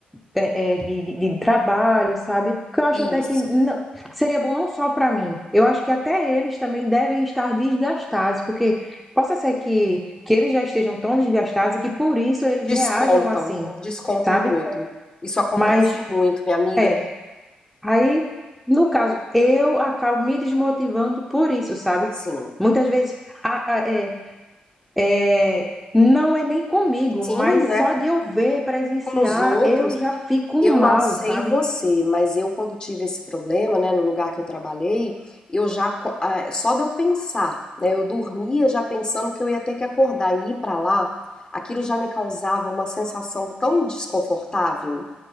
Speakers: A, in the centre; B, on the left.
A: é, é, de, de- de trabalho, sabe? Porque eu acho
B: isso.
A: até que não- seria bom não só para mim, eu acho que até eles também devem estar desgastados, porque possa ser que, que eles já estejam tão desgastados e que por isso eles
B: Descontam,
A: reajam assim,
B: descontam
A: sabe?
B: no outro. Isso acontece
A: Mas.
B: muito, minha amiga.
A: é. Aí, no caso, eu acabo me desmotivando por isso, sabe?
B: Sim,
A: Muitas vezes a- a- é, é, não é nem comigo,
B: sim,
A: mas
B: né?
A: só de eu ver, presenciar,
B: Com os outros.
A: eu já fico
B: Eu
A: mal,
B: não sei
A: sabe?
B: você, mas eu quando tive esse problema, né, no lugar que eu trabalhei, eu já, co- ah, só de eu pensar, né, eu dormia já pensando que eu ia ter que acordar e ir pra lá, aquilo já me causava uma sensação tão desconfortável.